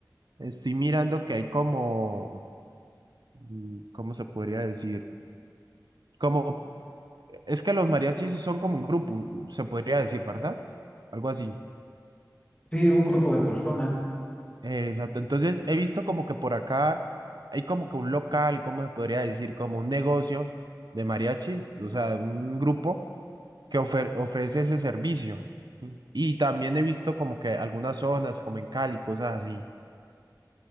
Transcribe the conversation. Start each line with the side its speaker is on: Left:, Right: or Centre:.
Right: estoy mirando que hay como, mm, ¿cómo se podría decir? Como, es que los mariachis son como un grupo, se podría decir, ¿verdad? Algo así.
Left: Sí, un grupo de personas.
Right: Eh, Exacto. Entonces he visto como que por acá hay como que un local, ¿cómo se podría decir? Como un negocio de mariachis, o sea, un grupo que ofer- ofrece ese servicio. ¿sí? Y también he visto como que algunas zonas, como en Cali, cosas así.